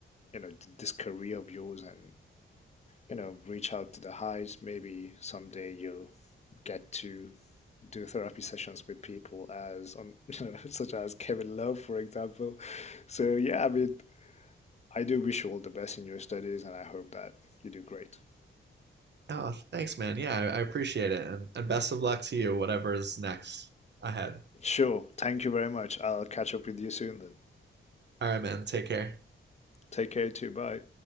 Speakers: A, on the left (about 30°); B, on the right (about 55°).
A: you know this career of yours and you know reach out to the highs. Maybe someday you'll get to do therapy sessions with people as on you know, <laughs> such as Kevin Love, for example. So yeah, I mean, I do wish you all the best in your studies, and I hope that you do great.
B: Oh, thanks, man. Yeah, I, I appreciate it, and and best of luck to you, whatever is next ahead.
A: Sure, thank you very much. I'll catch up with you soon then.
B: All right, man. Take care.
A: Take care too. Bye.